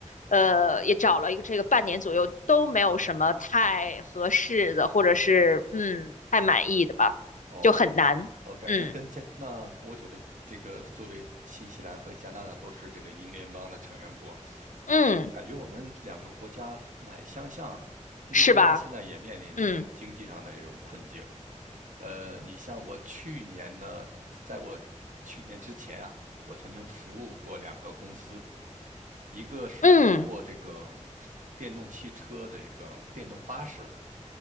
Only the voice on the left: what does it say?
呃也找了一个这个半年左右都没有什么太合适的，或者是嗯太满意的吧，
就很难。嗯
嗯，
是吧？嗯。
嗯